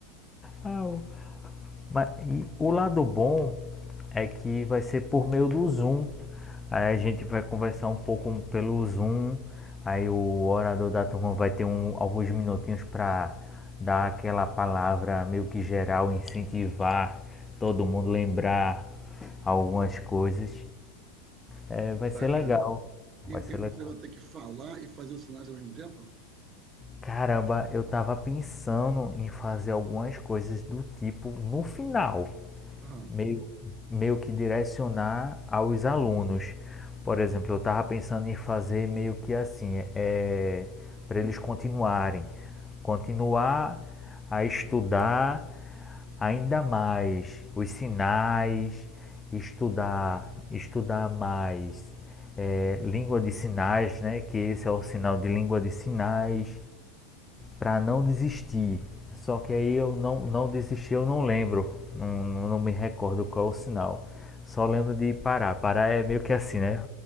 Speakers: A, on the left; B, on the right.
A: Ah, mas, e o lado bom é que vai ser por meio do Zoom. Aí a gente vai conversar um pouco pelo Zoom. Aí o orador da turma vai ter um- alguns minutinhos para dar aquela palavra meio que geral, incentivar todo mundo lembrar algumas coisas. É, vai
B: Bacana.
A: ser legal.
B: E,
A: Vai
B: e
A: ser
B: você
A: legal.
B: vai ter que falar e fazer os sinais ao mesmo tempo?
A: Caramba, eu tava pensando em fazer algumas coisas do tipo no final.
B: Ah,
A: meio, meio que direcionar aos alunos. Por exemplo, eu estava pensando em fazer meio que assim, é, para eles continuarem, continuar a estudar ainda mais os sinais, estudar, estudar mais é, língua de sinais, né? Que esse é o sinal de língua de sinais para não desistir. Só que aí eu não, não desisti, eu não lembro, não, não me recordo qual é o sinal. Só lembro de parar. Parar é meio que assim, né?